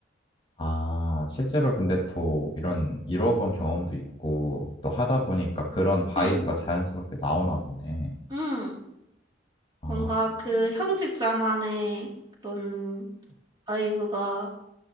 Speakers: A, on the left; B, on the right.
A: 아, 실제로 근데 또 이런 잃어본 경험도 있고 또 하다 보니까 그런 바이브가
B: 응,
A: 자연스럽게 나오나 보네.
B: 응.
A: 아,
B: 뭔가 그 형식자만의 그런 바이브가